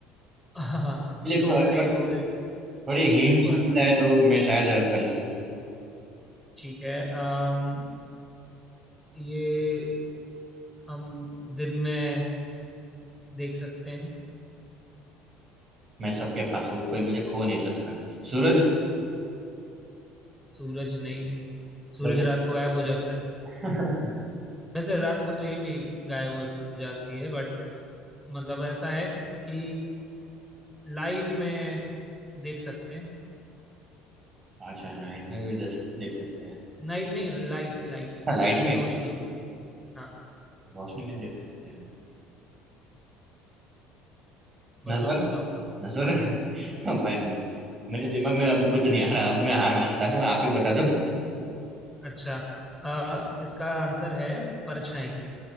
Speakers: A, in the centre; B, on the right.
A: <laughs> हाँ
B: चलिए,
A: लोग
B: थो-
A: कई
B: थो-
A: खो देते
B: थोड़ी हिंट
A: सही बात
B: मिल
A: है
B: जाए तो मैं शायद कर लूँ
A: ठीक है अम ये हम दिन में देख सकते हैं
B: मैं सबके पास हूँ कोई मुझे खो नहीं सकता सूरज
A: सूरज नहीं सूरज
B: जरूर।
A: रात को गायब हो जाता है
B: <laughs>
A: वैसे रात को तो ये भी गायब हो जाती है बट मतलब ऐसा है कि लाइट में देख सकते हैं
B: अच्छा नाइट में भी दस, देख सकते हैं
A: नाइट नहीं लाइट लाइट
B: अच्छा, लाइट में
A: रोशनी में। हाँ
B: रोशनी में देख सकते हैं
A: बताओ
B: नजर
A: बताओ
B: नजर <laughs> भाई मेरे दिमाग में अब कुछ नहीं आ रहा अब मैं हार मानता हूँ आप ही बता दो
A: अच्छा अ, इसका आंसर है परछाई